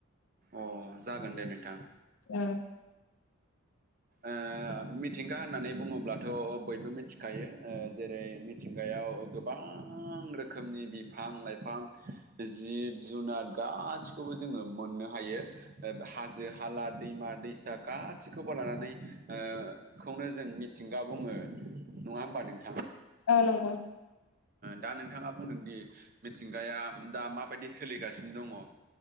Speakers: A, on the right (about 40°); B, on the left (about 80°).
A: अ' जागोन दे नोंथां।
B: औ।
A: ओ मिथिंगा होननानै बुङोब्लाथ' बयबो मिथिखायो ओ जेरै मिथिंगायाव गोबां रोखोमनि बिफां लाइफां जिब जुनार गासिखौबो जोङो मोननो हायो। हाजो, हाला, दैमा, दैसा गासिखौबो लानानै ओ खौनो जों मिथिंगा बुङो। नङा होमबा नोंथाङा
B: औ नंगौ
A: दा नोंथाङा बुंदों दि मिथिंगाया दा माबायदि सोलिगासिनो दङ।